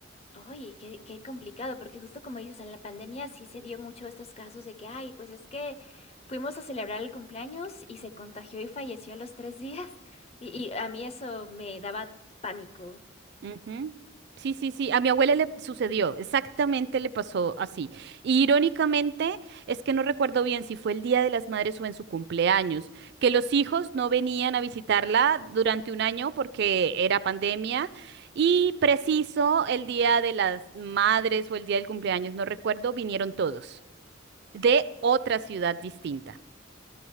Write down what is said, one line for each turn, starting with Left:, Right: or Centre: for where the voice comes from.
Left: Oye, qué, qué complicado, porque justo como dices, en la pandemia sí se dio mucho estos casos de que, ay, pues es que fuimos a celebrar el cumpleaños y se contagió y falleció a los tres días. Y, y a mí eso me daba pánico.
Right: Ujú. Sí, sí, sí. A mi abuela le sucedió, exactamente le pasó así. Y irónicamente, es que no recuerdo bien si fue el Día de las Madres o en su cumpleaños, que los hijos no venían a visitarla durante un año porque era pandemia y preciso el Día de las Madres o el Día del cumpleaños, no recuerdo, vinieron todos de otra ciudad distinta.